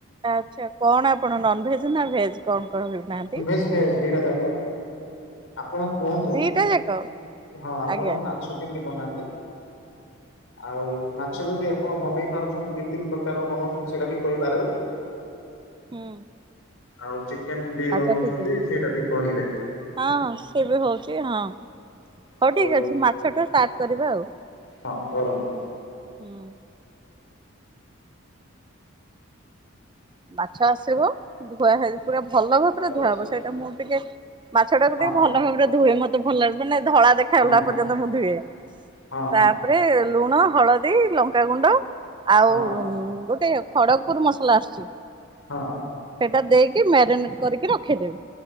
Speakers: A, on the right (about 25°); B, on the left (about 75°).
A: ଆଛା କଣ ଆପଣ ନନଭେଜ୍ ନା ଭେଜ୍ କଣ କଣ କହୁ ନାହାନ୍ତି।
B: ନନ୍ ଭେଜ୍ ଭେଜ୍ ଦି ଟା ଯାକ ଆପଣ କୁହନ୍ତୁ
A: ଦିଟା ଯାକ
B: ହଁ ଆପଣ
A: ଆଜ୍ଞା
B: ମା ମାଛ କେମିତି ବନାନ୍ତି ଆଉ ମାଛ
A: ଆଚ୍ଛା
B: ଯଦି ଆପଣ ବନେଇ ପାରୁ ଦୁଇ ତିନି ପ୍ରକାରର ବନାଉଛନ୍ତି ସେଟା ବି କହିପାରେ।
A: ହୁଁ।
B: ଆଉ ଚିକେନ୍ ବି
A: ଆଚ୍ଛା
B: ବନଉଛନ୍ତି
A: ଠିକ ଅଛି
B: ସେଇଟା ବି କହିବେ?
A: ହଁ ହଁ ସେ ବି ହଉଛି ହଁ।
B: ଆଉ
A: ହଉ ଠିକ୍ ଅଛି ମାଛ ଟା ଷ୍ଟାର୍ଟ କରିବା ଆଉ
B: ହଁ କରନ୍ତୁ।
A: ହୁଁ। ବାଛା ଆସିବ ଧୁଆ ହେ ପୁରା ଭଲ ଭାବରେ
B: ବାହାରେ
A: ଧୁଅବ
B: ଅଛି।
A: ସେଇଟା ମୁଁ ଟିକେ ମାଛଟାକୁ
B: ହଁ
A: ଟିକେ ଭଲ ଭାବରେ ଧୁଏ ମତେ ଭଲ ଲାଗୁ ମାନେ ଧଳା ଦେଖାଗଲା
B: ହଁ ହଁ
A: ପର୍ଯ୍ୟନ୍ତ ମୁଁ ଧୁଏ
B: ହଁ
A: ତା
B: ହଁ
A: ଉପରେ ଲୁଣ ହଳଦୀ ଲଙ୍କାଗୁଣ୍ଡ ଆଉ
B: ହଁ
A: ଗୋଟେ ଖଡ଼ଗ ପୁର ମସଲା ଆସୁଛି।
B: ହଁ।
A: ସେଟା ଦେଇକି ମ୍ୟାରିନେଟ୍ କରିକି ରଖିଦେବି।